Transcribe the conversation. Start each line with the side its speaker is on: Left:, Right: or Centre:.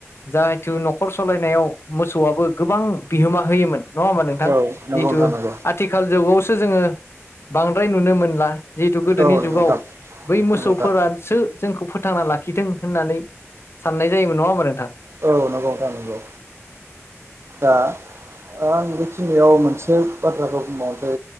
Left: जाहेथु न'खर सालायनायाव मोसौआबो गोबां बिहोमा होयोमोन। नङा होमबा नोंथां?
Right: औ नंगौ
Left: जिहेथु
Right: नोंथां नंगौ
Left: आथिखाल जुगावसो जोङो बांद्राय नुनो मोनला। जिहेथु गोदोनि
Right: औ नंगौ
Left: जुगाव
Right: नोंथां
Left: बै मोसौफोरासो
Right: नंगौ नोंथां
Left: जोंखौ फोथांना लाखिदों। होननानै साननाय जायोमोन नङा होमबा नोंथां?
Right: औ नंगौ नोंथां नंगौ आ आं बेखिनियाव मोनसे बाथ्राखौ बुंबावनोसै